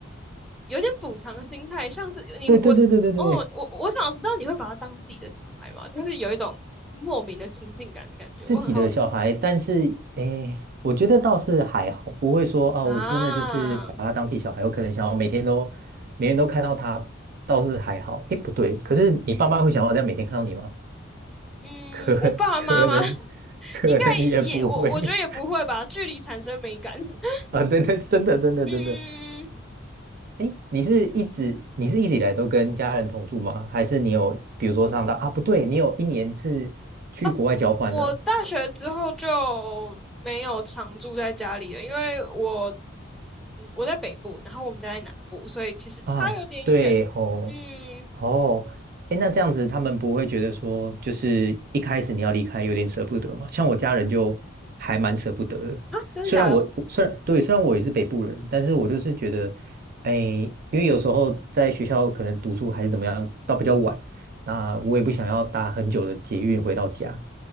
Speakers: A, in the centre; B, on the right (about 50°).
A: 有点补偿心态，像是你我哦，
B: 对对对对对对对
A: 我我想知道你会把他当自己的小孩吗？就是有一种莫名的亲近感的感觉，
B: 自己的小孩，
A: 我很好奇
B: 但是诶，我觉得倒是还好，不会说啊，
A: 啊。
B: 我真的就是把他当自己小孩，我可能想要每天都每天都看到他，倒是还好。诶，不对，可是你爸妈会想要这样每天看到你吗？
A: 嗯，
B: <laughs> 可可能
A: 我爸妈妈 <laughs>
B: 可能也不会
A: 应该也我我觉得也不会吧，距离产生美感。<laughs>
B: <laughs> 啊，对对，真的真的真的，
A: 嗯，
B: 哎，你是一直你是一直以来都跟家人同住吗？还是你有比如说上到啊？不对，你有一年是去国外交换了，
A: 哦，我大学之后就没有常住在家里了，因为我嗯我在北部，然后我们家在南部，所以其实差有点远。
B: 啊，对吼，
A: 嗯，
B: 哦，哎，那这样子他们不会觉得说，就是一开始你要离开有点舍不得嘛？像我家人就还蛮舍不得的，
A: 啊，真的假的？
B: 虽然我虽然对，虽然我也是北部人，但是我就是觉得，哎，因为有时候在学校可能读书还是怎么样，到比较晚，那我也不想要搭很久的捷运回到家，